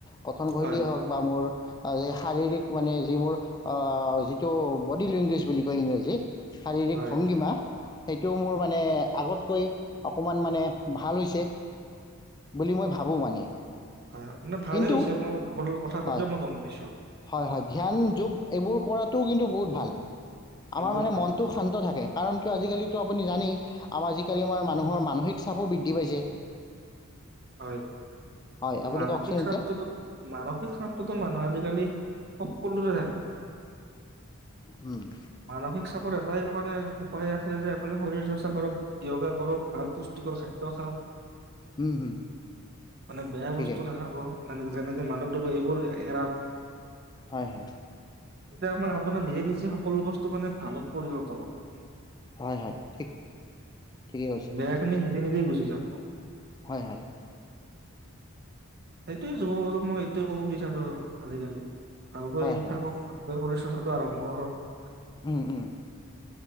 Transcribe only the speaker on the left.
কথনশৈলীয়ে
হওক বা মোৰ শাৰীৰিক মানে যিবোৰ অ যিটো বডি লেংগুৱেজ বুলি কয় ইংৰাজী। শাৰীৰিক
ভংগীমা, সেইটোও মোৰ মানে আগত অই অকমান মানে ভাল তে বুলি মই ভাবোঁ মানে।
কিন্তু
হয়
হয় হয় ধ্যান, যোগ এইবোৰ কৰাটোও কিন্তু বহুত ভাল। আমাৰ
মানে
মনটো শান্ত থাকে, কাৰণ কিয় আজিকালিটো আপুনি জানেই আমাৰ আজিকালি আমাৰ মানুহৰ মানসিক চাপো বৃদ্ধি পাইছে।
হয় আপুনি
কওকচোন
এতিয়া
উম!
হুম হুম
ঠিকেই
হয়-হয়।
হয়-হয় ঠিক। ঠিকেই
হয়-হয়।
হয়
উম-উম